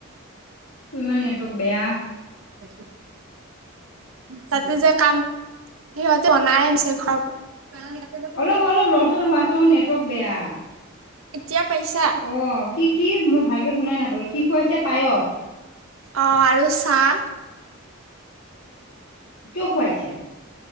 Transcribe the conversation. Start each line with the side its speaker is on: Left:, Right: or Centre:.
Left: ইমান নেটৱৰ্ক বেয়া
Right: হয় <unintelligible> তাতে যে কাম সিহঁতে অনাই আনিছে ঘৰৰ পৰা।
Left: অলপ অলপ লৰচৰ হোৱাচোন নেটৱৰ্ক বেয়া।
Right: এতিয়া পাইছা?
Left: অ কি কি মই ভালকে শুনাই নাপালো কি খুৱাইছে পায়স?
Right: অঁ আৰু চাহ।
Left: কিয় খুৱাইছে?